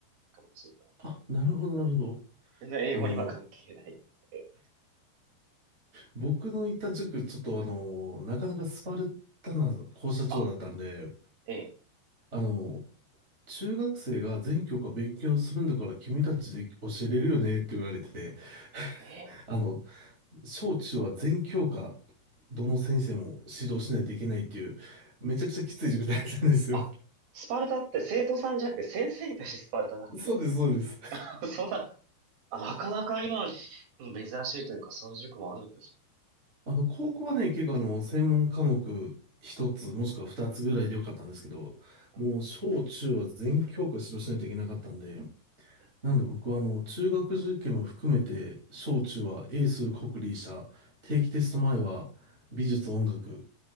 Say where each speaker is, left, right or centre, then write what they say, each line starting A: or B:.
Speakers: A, on the right; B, on the right.
A: いかもしれないけど。
B: あ、なるほど、なるほど。
A: 全然英語には関係ない。
B: あの、
A: え、
B: 僕のいた塾、ちょっとあの、なかなかスパルタな校舎長だったんで、
A: あ、ええ、
B: あの、中学生が全教科勉強するんだから君たちで教えれるよねって言われて、
A: ええ
B: <laughs> あの、小中は全教科、どの先生も指導しないといけないっていう、めちゃくちゃきつい塾だったんですよ。
A: あ、スパルタって生徒さんじゃなくて先生に対してスパルタだったんです。
B: <laughs> そうです、そうです。
A: <laughs> そんな、あ、なかなか今、珍しいというか、そういう塾もあるんです
B: あの、高校はね、結構あの、専門科目一つ、もしくは二つぐらいでよかったんですけど、
A: ね。
B: もう小中は全教科指導しないといけなかったんで、
A: え、
B: なんで僕はあの、中学受験も含めて、小中は英数国理社、定期テスト前は美術音楽、